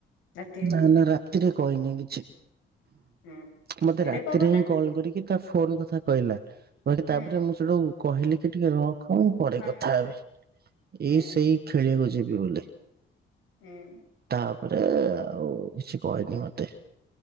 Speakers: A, on the left; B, on the right.
A: ରାତିରେ।
B: ନା ନା ରାତିରେ କହିନି କିଛି।
A: ହୁଁ
B: ମତେ
A: ଏଡେ
B: ରାତିରେ
A: ପବନା
B: ହିଁ କଲ୍ କରିକି ତା ଫୋନ କଥା କହିଲା, କହିଲା ତାପରେ
A: ହୁଁ
B: ମୁଁ ସେଠୁ କହିଲି କି ଟିକେ ରଖ ମୁଁ ପରେ
A: ହଁ
B: କଥା ହେବି,
A: ହୁଁ
B: ଏଇ ସେଇ ଖେଳିବାକୁ ଯିବି ବୋଲି।
A: ହୁଁ ଉଁ
B: ତାପରେ ଆଉ କିଛି କହିନି ମତେ।